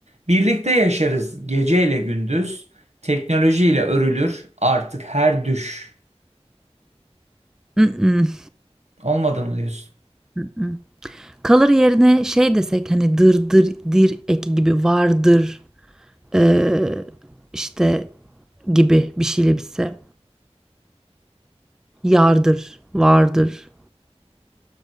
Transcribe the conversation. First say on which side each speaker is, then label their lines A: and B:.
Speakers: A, on the right (about 80°); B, in the centre.
A: Birlikte yaşarız geceyle gündüz. Teknolojiyle örülür artık her düş.
B: Mm-mm,
A: Olmadı mı diyorsun?
B: mm-mm. Kalır yerine şey desek hani dırdır dir eki gibi vardır eee, işte gibi bir şeyle bitse. Yardır, vardır.